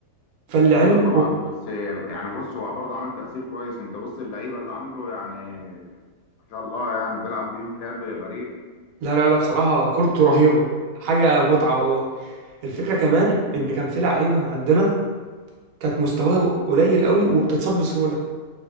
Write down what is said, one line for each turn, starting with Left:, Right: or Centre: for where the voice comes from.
Right: فاللي عمله
Left: ايوه طبعا بس يعني بص هو برضه عمل تأثير كويس انت بص اللعيبة اللي عنده يعني ما شاء الله يعني بيلعب بيهم لعب غريب
Right: لا لا لا بصراحة كورته رهيبة حاجة متعة والله الفكرة كمان إن كان في لعيبة عندنا كانت مستواها قليل قوي وبتتصاب بسهولة